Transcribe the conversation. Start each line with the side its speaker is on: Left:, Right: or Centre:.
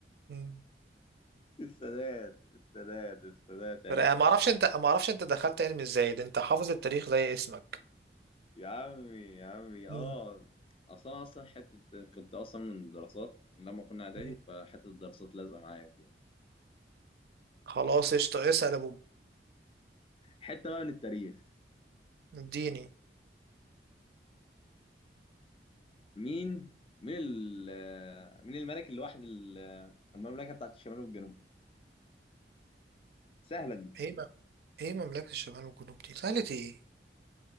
Right: مم.
Left: السادات السادات السادات عرفته
Right: رائع. معرفش أنت معرفش أنت دخلت علم إزاي ده أنت حافظ التاريخ زي اسمك
Left: يا عمي يا عمي اه
Right: مم.
Left: اصلا اصلا حته كنت اصلا من الدراسات من لما كنا اعدادي
Right: مم.
Left: فحته الدراسات لازقه معايا وكده
Right: خلاص قشطة اسأل يا أبو
Left: حته بقى من التاريخ
Right: اديني
Left: مين مين ال- مين الملك اللي واحد ال- المملكه بتاعت الشمال والجنوب سهله دي
Right: ايه م- ايه مملكة الشمال والجنوب دي سهلة ايه